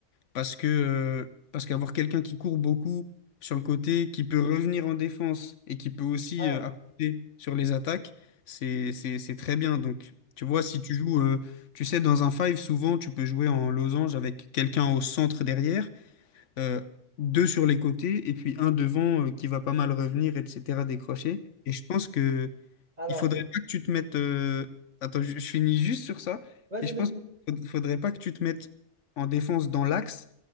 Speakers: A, on the left; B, on the right.
A: parce que, euh, parce qu'avoir quelqu'un qui court beaucoup sur le côté, qui peut revenir en défense et qui peut aussi
B: Ah.
A: euh, apporter sur les attaques, c'est, c'est, c'est très bien. Donc, tu vois, si tu joues, euh, tu sais, dans un five, souvent, tu peux jouer en losange avec quelqu'un au centre derrière euh, deux sur les côtés et puis un devant euh, qui va pas mal revenir, etc., décrocher. Et je pense que
B: Alors,
A: il faudrait pas que tu te mettes. euh, Attends, je, je finis juste sur ça.
B: vas-y,
A: Et je
B: vas-y.
A: pense qu'il faudrait pas que tu te mettes en défense dans l'axe